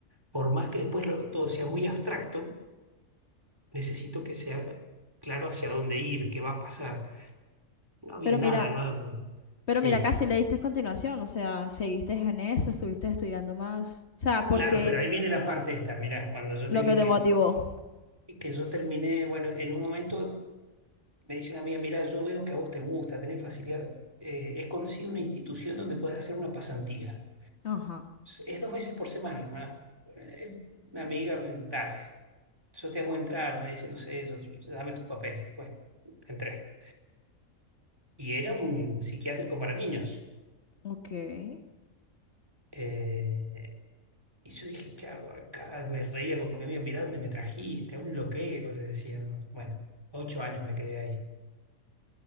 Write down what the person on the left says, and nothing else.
Pero
mira,
pero
mira, casi le diste continuación, o sea, seguiste en eso, estuviste estudiando más. O sea, porque
lo
que te
motivó.
Ajá.
Ok, Uy,